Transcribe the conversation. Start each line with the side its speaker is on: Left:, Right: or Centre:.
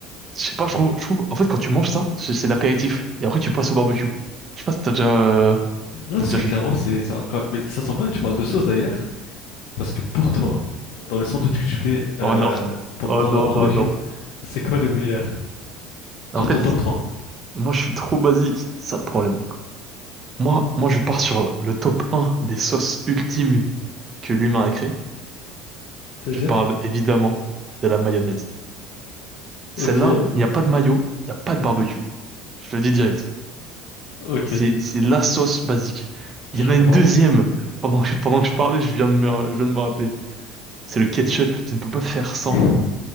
Right: je sais pas, je trouve, je trouve, en fait, quand tu manges ça, c'est c'est l'apéritif, et après tu passes au barbecue. Je sais pas si t'as déjà, euh,
Left: non,
Right: t'as
Left: si,
Right: déjà fait.
Left: clairement, c'est c'est incroyable. Mais ça sent bien que tu parles de sauce d'ailleurs, parce que pour toi, dans les sandwichs que tu fais
Right: Oh
Left: euh,
Right: non.
Left: pour-
Right: Oh
Left: lors
Right: non,
Left: d'un barbecue,
Right: non, non.
Left: c'est quoi les meilleurs?
Right: En
Left: Genre
Right: fait,
Left: ton top trois
Right: moi, je suis trop basique, c'est ça le problème. Moi, moi, je pars sur le top un des sauces ultimes que l'humain a créées.
Left: C'est-à-dire?
Right: Je parle évidemment de la mayonnaise. Celle-là,
Left: Ok,
Right: il n'y a pas de mayo, il n'y a pas de barbecue. Je le dis direct.
Left: ok,
Right: C'est, c'est la sauce basique. Il
Left: je
Right: y en a
Left: comprends.
Right: une deuxième. Pendant que, pendant que je parlais, je viens de me, je viens de me rappeler. C'est le ketchup. Tu ne peux pas faire sans.
Left: <laughs>